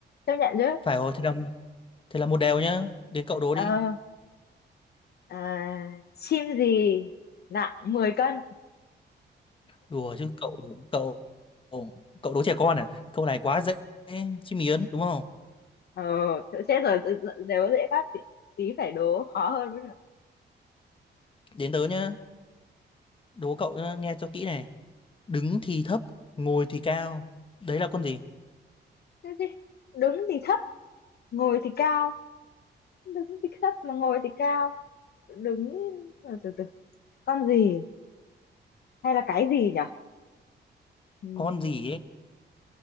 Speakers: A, on the left (about 60°); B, on the left (about 30°).
A: chấp nhận chứ
B: Phải rồi, thế là thế là một đều nhá. Đến cậu đố
A: ờ
B: đi.
A: à, chim gì nặng mười cân
B: đùa chứ cậu cậu cậu đố trẻ con à câu này quá dễ chim miến đúng không
A: ờ chết rồi ừ, ừ, nếu dễ phát thì tí phải đố khó hơn mới được
B: đến tớ nhá đố cậu nhá, nghe cho kỹ này đứng thì thấp ngồi thì cao đấy là con gì
A: cái gì đứng thì thấp ngồi thì cao đứng thì thấp mà ngồi thì cao đứng từ từ từ. con gì hay là cái gì nhỉ Ừm,
B: con gì ấy